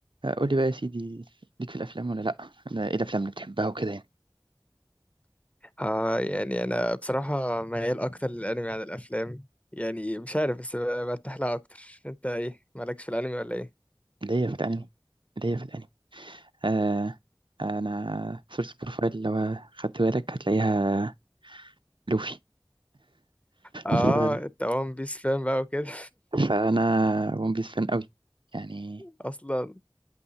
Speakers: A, on the right (about 70°); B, on the left (about 15°).
A: آه، قولي بقى يا سيدي ليك في الافلام ولا لا أنا ايه الافلام اللي بتحبها وكده يعني
B: آه يعني انا بصراحة ميال اكتر للانمي عن الافلام يعني مش عارف بس ب- برتاح لها اكتر انت ايه مالكش في الانمي ولا ايه
A: اللي هي في الانمي اللي هي في الانمي آه انا صورة البروفايل لو خدت بالك هتلاقيها لوفي
B: اه
A: ف-
B: انت وان بيس فان بقى وكده
A: فانا ون بيس فان قوي يعني
B: <laughs> اصلا